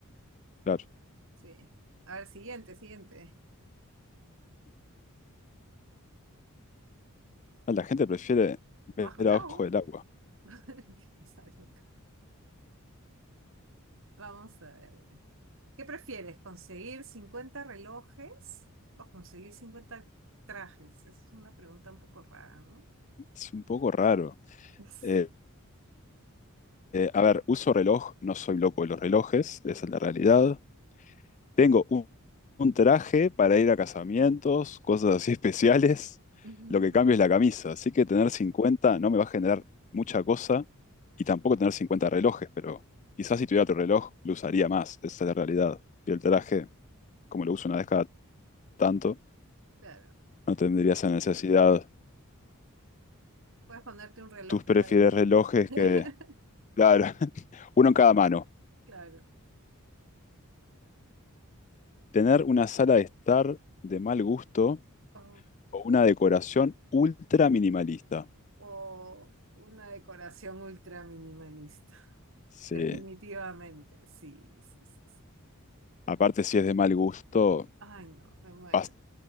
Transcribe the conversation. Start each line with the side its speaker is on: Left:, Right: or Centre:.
Left: Claro,
Right: Sí. A ver, siguiente, siguiente.
Left: Ah, la gente prefiere ver
Right: Bajo el
Left: a
Right: agua.
Left: ojo del agua.
Right: <laughs> Qué pesado acá. Vamos a ver. ¿Qué prefieres? ¿Conseguir 50 relojes o conseguir cincuenta trajes? Esa es una pregunta un poco rara, ¿no?
Left: Es un poco raro.
Right: <laughs> Sí.
Left: Eh, eh, a ver, uso reloj, no soy loco de los relojes, esa es la realidad. Tengo un, un traje para ir a casamientos, cosas así <laughs> especiales.
Right: <laughs>
Left: Lo que cambio es la camisa. Así que tener 50 no me va a generar mucha cosa y tampoco tener 50 relojes, pero quizás si tuviera otro reloj lo usaría más. Esa es la realidad. Y el traje, como lo uso una vez cada tanto,
Right: Claro.
Left: no tendría esa necesidad.
Right: Puedes ponerte un reloj
Left: ¿Tú prefieres
Right: cada día.
Left: relojes
Right: <laughs>
Left: que... Claro, <laughs> uno en cada mano.
Right: Claro.
Left: Tener una sala de estar de mal gusto
Right: O,
Left: o una decoración ultra minimalista.
Right: o una decoración ultra minimalista. <laughs>
Left: Sí.
Right: Definitivamente. Sí, sí, sí, sí.
Left: Aparte, si es de mal gusto,
Right: Ay, no, me muero.
Left: vas-